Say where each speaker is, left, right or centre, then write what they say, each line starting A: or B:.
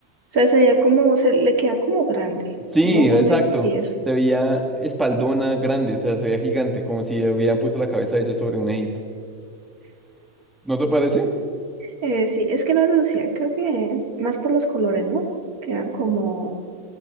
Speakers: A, on the right (about 85°); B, in the centre.
A: O sea, sería como, se le queda como grande.
B: Sí,
A: O sea, no voy
B: exacto.
A: a mentir.
B: Se veía espaldona grande, o sea, se veía gigante, como si hubieran puesto la cabeza de ella sobre un edit. ¿No te parece?
A: Eh, sí, es que no Lucía, creo que más por los colores, ¿no? Quedan como